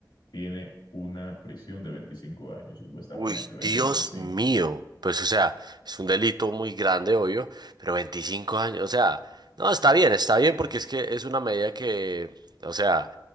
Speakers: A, on the left (about 85°); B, on the right (about 65°).
A: tiene una prisión de 25 años, supuestamente,
B: Uy,
A: 20
B: Dios
A: a 25,
B: mío. Pues, o sea, es un delito muy grande, obvio, pero 25 años, o sea, no, está bien, está bien, porque es que es una medida que, o sea,